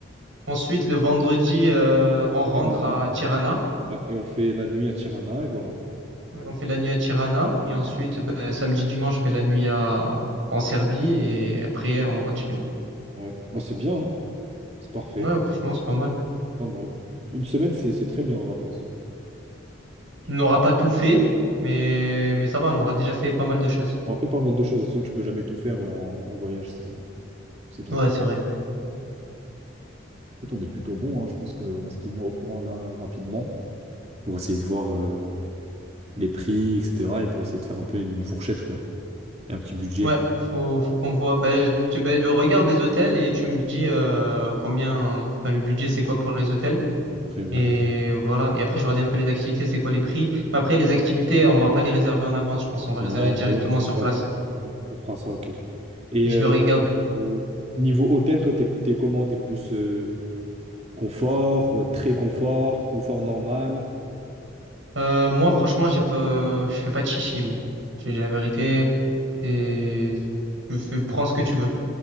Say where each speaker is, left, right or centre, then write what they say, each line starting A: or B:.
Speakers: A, on the right; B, on the right.
A: Ensuite, le vendredi, euh, on rentre
B: Tirana,
A: à Tirana.
B: ouais, et on fait la nuit à Tirana, et voilà.
A: On fait la nuit à Tirana. Et ensuite, ben, samedi, dimanche, on fait la nuit à... en Serbie. Et après, on rentre chez nous.
B: Ouais, bah, c'est bien, hein. C'est parfait,
A: Ouais, franchement, c'est pas mal.
B: pas mal. Une semaine, c'est c'est très bien en vacances.
A: On n'aura pas tout fait, mais... mais ça va, on aura déjà fait pas mal de choses.
B: On a fait pas mal de choses, de toute façon, tu peux jamais tout faire ouais, en, en voyage, c'est vrai. C'est déjà
A: Ouais,
B: très...
A: c'est vrai.
B: Écoute, on est plutôt bon, hein. Je pense qu'on va se tenir au courant là rapidement pour essayer de voir. euh, les prix, etc. Et pour essayer de faire un peu une fourchette, quoi. Et un petit budget.
A: Ouais, faut, faut qu'on voit. Ben, je, tu- ben, je regarde les hôtels et tu me dis euh, combien, enfin, le budget c'est quoi pour les hôtels.
B: Après, ouais.
A: Et voilà. Et après, je regarde un peu les activités, c'est quoi les prix. Mais après, les activités, on va pas les réserver en avance, je pense. On va
B: Non,
A: réserver directement
B: ouais, ouais, je sais
A: sur
B: pas.
A: place.
B: Ouais, on fera ça, ok. Et
A: Je
B: euh,
A: vais regarder.
B: euh, niveau hôtel, toi, t'es, t'es comment? T'es plus euh, confort, euh, très confort, confort normal?
A: Euh, moi, franchement, j'ai pas, je fais pas de chichi, moi. Je dis la vérité. Et je, je prends ce que tu veux.